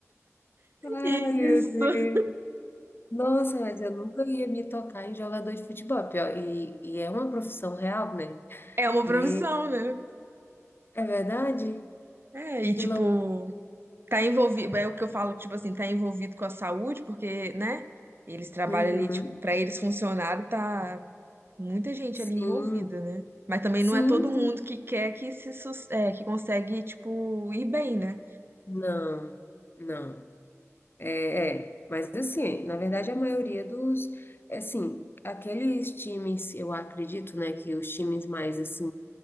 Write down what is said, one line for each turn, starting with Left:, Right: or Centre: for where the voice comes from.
Left: Ai,
Right: Isso.
Left: meu Deus. Nossa, mas eu nunca ia me tocar em jogador de futebol, pior, e, e é uma profissão real, né?
Right: É uma profissão,
Left: Me-
Right: né?
Left: É verdade?
Right: É, e
Left: Que
Right: tipo,
Left: louco.
Right: tá envolvido, é o que eu falo, tipo assim, tá envolvido com a saúde, porque, né? Eles trabalham
Left: Uhum.
Right: ali, tipo, pra eles funcionarem, tá muita gente
Left: Sim,
Right: ali envolvida, né? Mas também
Left: sim,
Right: não é todo
Left: sim.
Right: mundo que quer que se sus- é, que consegue, tipo, ir bem, né?
Left: Não, não. É, é, mas assim, na verdade a maioria dos, é assim, aqueles times, eu acredito, né, que os times mais, assim,